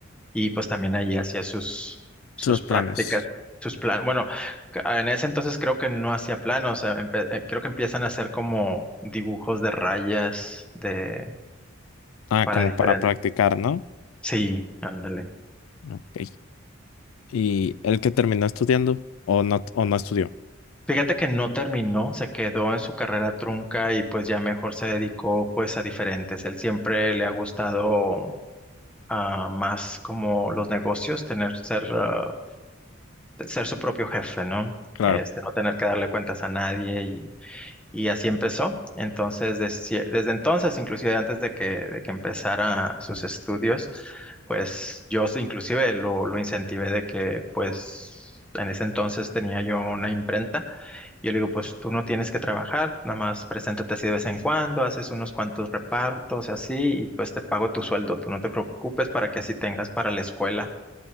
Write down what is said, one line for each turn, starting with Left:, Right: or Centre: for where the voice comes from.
Centre: y pues también ahí hacía sus, sus
Left: Sus planos.
Centre: prácticas, sus planos. Bueno, ca- en ese entonces creo que no hacía planos, eh, empe- eh, creo que empiezan a hacer como dibujos de rayas de,
Left: Ah,
Centre: para
Left: como
Centre: diferentes.
Left: para practicar, ¿no?
Centre: Sí, ándale.
Left: Ok. ¿Y el que terminó estudiando o no, o no estudió?
Centre: Fíjate que no terminó, se quedó en su carrera trunca y pues ya mejor se dedicó pues a diferentes. Él siempre le ha gustado ah, más como los negocios, tener ser ah, ser su propio jefe, ¿no?
Left: Claro.
Centre: Este, no tener que darle cuentas a nadie y, y así empezó. Entonces, desde, desde entonces, inclusive antes de que, de que empezara sus estudios, pues yo s- inclusive lo, lo incentivé de que, pues, en ese entonces tenía yo una imprenta. Yo le digo, pues tú no tienes que trabajar, nada más preséntate así de vez en cuando, haces unos cuantos repartos así y pues te pago tu sueldo, tú no te preocupes para que así tengas para la escuela.